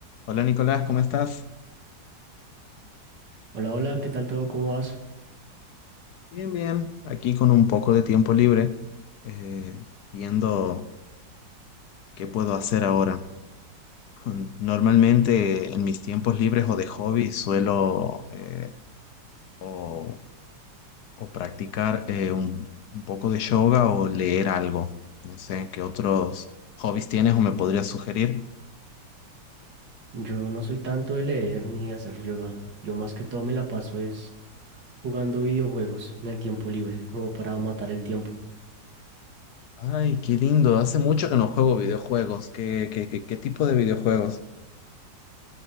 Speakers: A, on the left (about 70°); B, on the right (about 75°).
A: Hola Nicolás, ¿cómo estás?
B: Hola, hola, ¿qué tal todo? ¿Cómo vas?
A: Bien, bien, aquí con un poco de tiempo libre, eh, viendo qué puedo hacer ahora. Mm, Normalmente en mis tiempos libres o de hobby suelo eh, o, o practicar eh, un, un poco de yoga o leer algo. No sé, ¿qué otros hobbies tienes o me podrías sugerir?
B: Yo no soy tanto de leer ni de hacer yoga. Yo más que todo me la paso es jugando videojuegos en el tiempo libre, como para matar el tiempo.
A: Ay, qué lindo, hace mucho que no juego videojuegos. ¿Qué, qué, qué, qué tipo de videojuegos?